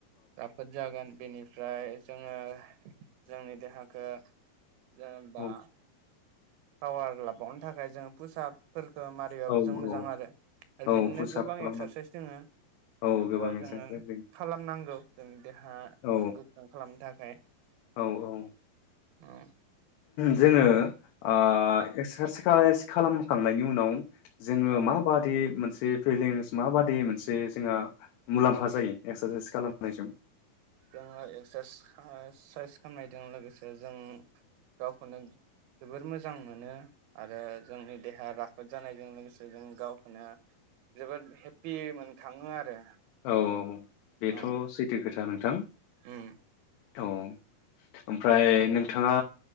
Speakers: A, on the right; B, on the left.
A: रफोत जागोन बेनि ओमफ्राय जोङो जोंनि देहाखो जेनेबा
B: औ
A: पावार लाबावनो थाखाय जों फुसाबफोरखो दैबाबो
B: औ
A: जों मोजां
B: औ
A: आरो
B: औ
A: बिदिनो
B: फुसाब
A: गोबां
B: खालामनां
A: एक्सारसाइस दोङो बेफोरखौ
B: औ गोबां एक्सारसाइस
A: जोङो खालामनांगौ जोंनि देहा
B: औ
A: गोख्रों खालामनो थाखाय।
B: औ औ
A: औ
B: जोङो आ एक्सारस खालाय खालामखांनायनि उनाव जोङो
A: औ
B: माबादि मोनस फलिस माबादि मोनसे जोंहा मुलाम्फा जायो एक्सारसाइस खालामनायजों
A: जोङो एक्स-एक्सारसाइस खालामनायजों लोगोसे जों गावखौनो जोबोर मोजां मोनो आरो जोंनि देहाया राफोद जानायजों लोगोसे जों गावखौनो जोबोर हेपि मोनखाङो आरो।
B: औ औ बेथ
A: औ
B: सैथो खोथा नों थां
A: उम
B: औ ओमफ्राय नोंथाङा